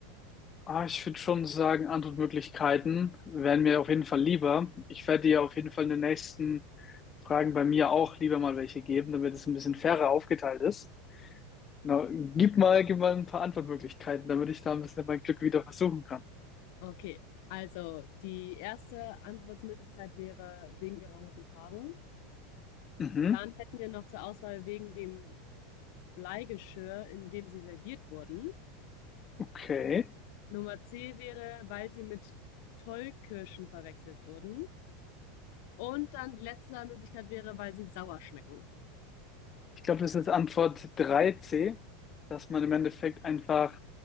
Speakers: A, on the left; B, on the left.
A: ah, ich würde schon sagen, Antwortmöglichkeiten wären mir auf jeden Fall lieber. Ich werde dir auf jeden Fall in den nächsten Fragen bei mir auch lieber mal welche geben, damit es ein bisschen fairer aufgeteilt ist. Na, gib mal, gib mal ein paar Antwortmöglichkeiten, damit ich da ein bisschen mein Glück wieder versuchen kann.
B: Okay, also die erste Antwortmöglichkeit wäre wegen ihrer roten Farbe.
A: Mhm.
B: Dann hätten wir noch zur Auswahl wegen dem Bleigeschirr, in dem sie serviert wurden.
A: Okay.
B: Nummer C wäre, weil sie mit Tollkirschen verwechselt wurden. Und dann die letzte Möglichkeit wäre, weil sie sauer schmecken.
A: Ich glaube, das ist Antwort 3c, dass man im Endeffekt einfach